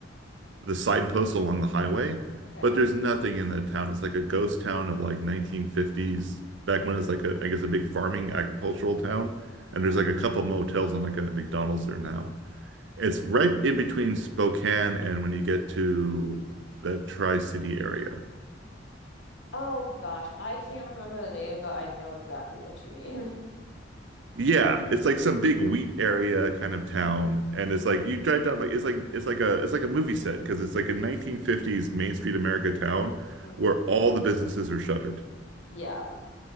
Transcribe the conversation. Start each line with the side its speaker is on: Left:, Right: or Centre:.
Right: the signposts along the highway,
Left: Okay.
Right: but there's nothing in that town. It's like a ghost town of like 1950s, back when it was like a, I guess, a big farming agricultural town. And
Left: Hmm.
Right: there's like a couple motels and like a McDonald's there now. It's right in between Spokane and when you get to the Tri-City area.
Left: Oh gosh, I can't remember the name, but I know exactly what you mean.
Right: Yeah, it's like some big wheat area kind of town,
Left: <laughs> hmm
Right: and it's like you drive down like it's like it's like a it's like a movie set because it's like a 1950s Main Street America town
Left: hmm
Right: where all the businesses are shuttered.
Left: Yeah.